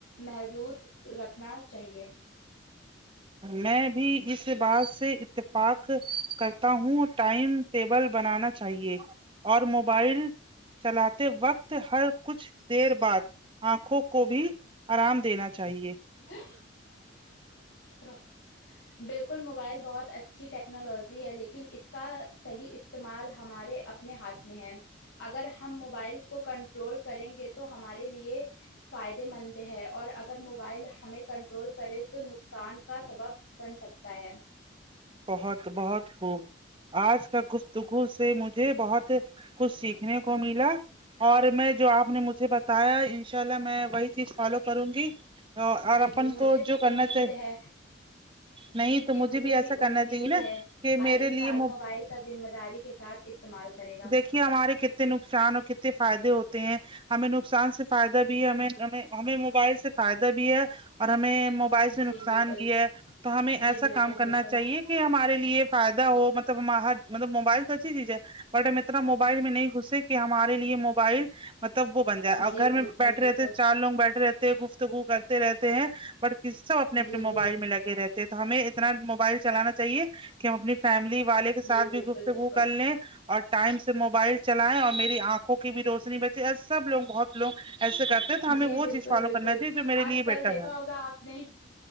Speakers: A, on the left; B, on the right.
A: محدود رکھنا چاہیے
B: میں بھی اس بات سے اتفاق کرتا ہوں ٹائم ٹیبل بنانا چاہیے اور موبائل چلاتے وقت ہر کچھ دیر بعد آنکھوں کو بھی آرام دینا چاہیے
A: اں <unintelligible> بالکل موبائل بہت اچھی ٹیکنالوجی ہے لیکن اس کا صحیح اس استعمال ہمارے اپنے ہاتھ میں ہیں اگر ہم موبائل کو کنٹرول کریں گے تو ہمارے لیے فائدے مند ہے اور اگر موبائل ہمیں کنٹرول کرے تو سان کا سبب بن سکتا ہے
B: بہت بہت خوب آج کا گفتگو سے مجھے بہت کچھ سیکھنے کو ملا اور میں جو آپ نے مجھے بتایا انشاء اللہ میں وہی چیز فالو کروں گی
A: جی
B: اور
A: جی
B: اپن
A: مجھے
B: کو
A: بھی
B: جو کرنا
A: امید
B: چاہیے
A: ہے
B: نہیں
A: جی جی
B: تو
A: مجھے بھی
B: ایسا کرنا
A: امید
B: چاہیے نا
A: ہے
B: کہ
A: ہر
B: میرے
A: انسان
B: لیے
A: موبائل کا ذمہ داری کے ساتھ استعمال کرے گا
B: کہ ہمارے کتے نقصان اور کتے فائدے ہوتے ہیں ہمیں نقصان سے فائدہ بھی ہے ہمیں ہمیں موبائل سے فائدہ بھی ہے اور ہمیں مو بائل سے
A: جی
B: نقصان
A: بالکل
B: بھی ہے تو ہمیں ایسا
A: جی بالکل
B: کام کرنا
A: بالکل
B: چاہیے کہ ہمارے لیے فائدہ ہو مطلب م حد مطلب موبائل تو اچھی چیز ہے بٹ ہم اتنا موبائل میں نہیں گھسے کہ ہمارے لیے موبائل مطلب وہ بن جائے اور
A: جی
B: گھر
A: بالکل
B: میں بیٹھے
A: بالکل
B: رہتےچار لوگ بیٹھے رہتے ہیں گفتگو کرتے رہتے ہیں پر کے سب اپنے اپنے
A: جی
B: موبائل
A: جی
B: میں لگے رہتے تو ہمیں اتنا موبائل چلانا چاہیے کہ ہم اپنی فیملی والے کے ساتھ
A: جی بالکل
B: بھی گفتگو
A: بالکل
B: کر لیں اور ٹائم سے موبائل چلائیں اور میری آنکھوں کی بھی روشنی بچے سب لوگ بہت لوگ ایسے کرتے ہیں تو ہمیں
A: جی
B: وہ
A: بالکل
B: چیز فالو
A: بالکل
B: کرنا چاہیے جو میرے
A: آج
B: لیے
A: کل
B: بیٹر
A: دیکھا
B: ہے
A: ہوگا آپ نے